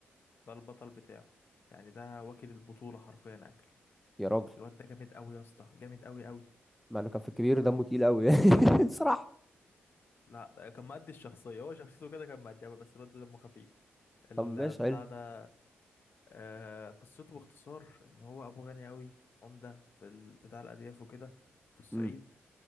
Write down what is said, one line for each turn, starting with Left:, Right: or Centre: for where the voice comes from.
Left: ده البطل بتاعه يعني ده واكل البطولة حرفيا اكل
Centre: يا راجل
Left: الواد ده جامد قوي يا اسطى جامد قوي قوي
Centre: مع انه كان في الكبير دمه تقيل قوي <laughs> يعني بصراحه
Left: لا ده كان مأدي الشخصية هو شخصيته كده كان مأديها بس الواد ده دمه خفيف البتاع
Centre: طب ماشي حلو
Left: ده آه قصته باختصار ان هو ابوه غني قوي عمدة في ال- بتاع الارياف وكده في الصعيد
Centre: امم